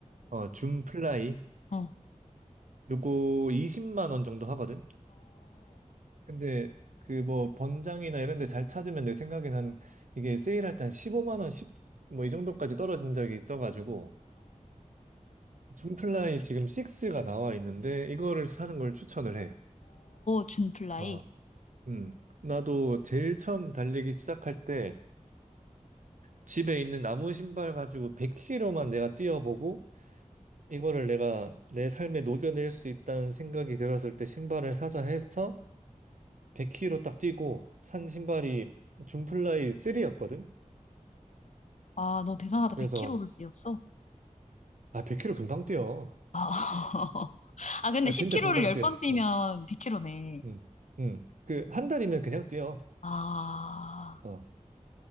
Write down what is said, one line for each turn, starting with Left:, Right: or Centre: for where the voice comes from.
Right: 어, 줌플라이
Left: 어어어 어 어
Right: 요거 20만 원 정도 하거든. 근데 그 뭐 번장이나 이런 데 잘 찾으면 내 생각엔 한 이게 세일할 때 한 15만 원, 10, 뭐 이 정도까지 떨어진 적이 있어가지고 줌플라이 지금 6가 나와 있는데 이거를 사는 걸 추천을 해.
Left: 준플라이
Right: 어, 음. 나도 제일 처음 달리기 시작할 때 집에 있는 나무 신발 가지고 100km만 내가 뛰어보고 이거를 내가 내 삶에 녹여낼 수 있다는 생각이 들었을 때 신발을 사자 해서 100km 딱 뛰고 산 신발이 줌플라이 3였거든.
Left: 아 너 대단하다
Right: 그래서
Left: 100kg를 뛰었어.
Right: 아 100km 금방 뛰어.
Left: <laughs> 아 근데
Right: 아
Left: 10kg를
Right: 진짜 금방
Left: 10번
Right: 뛰어.
Left: 뛰면
Right: 어,
Left: 100kg네.
Right: 음, 음. 그 한 달이면 그냥 뛰어.
Left: 아
Right: 어,